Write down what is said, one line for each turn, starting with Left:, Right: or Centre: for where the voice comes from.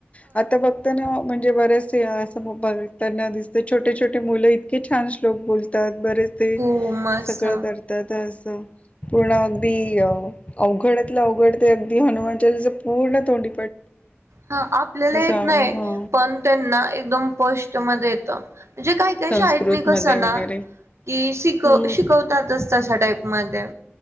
Left: आता बघत ना आप --े बर्याच असं बघताना दिसते छोटे छोटे मुलं इतके छान श्लोक बोलतात. बरेच ते
Right: हो, मस्त.
Left: सगळं करतात. आ -- पूर्ण अगदी अ अवघडतलं अवघड ते अगदी हनुमानचालीच पूर्ण तोंडी
Right: हा आपल्याला येत
Left: हा
Right: नाही पण त्यांना एकदम पष्ट मध्ये येत. त म्हणजे काही काही
Left: संस्कृतमध्ये
Right: शाळेत नी कस ना
Left: वगैरे
Right: की शि
Left: हम्म
Right: शिकवतातच तशा टाईप मध्ये